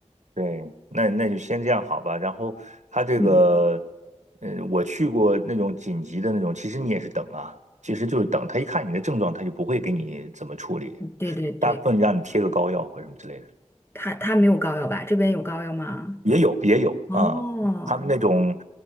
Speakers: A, on the right; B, on the left.
A: 对，那那就先这样好吧。然后他这个，
B: <laughs>
A: 嗯，我去过那种紧急的那种，其实你也是等啊，其实就是等他一看你的症状，他就不会给你怎么处理，
B: 嗯，对对对，
A: 大部分让你贴个膏药或者什么之类的。
B: 他他没有膏药吧？这边有膏药吗？
A: 也有也有啊，
B: 哦，
A: 他们那种，